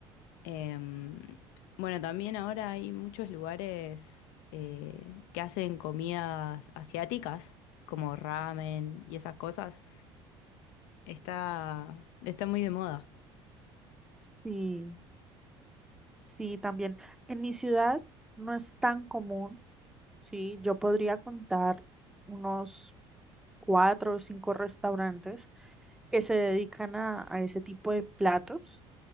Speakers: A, on the left; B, in the centre.
A: Em, bueno, también ahora hay muchos lugares eh, que hacen comidas asiáticas, como ramen y esas cosas. Está, está muy de moda.
B: Sí, sí, también. En mi ciudad no es tan común Sí, yo podría contar unos cuatro o cinco restaurantes que se dedican a, a ese tipo de platos,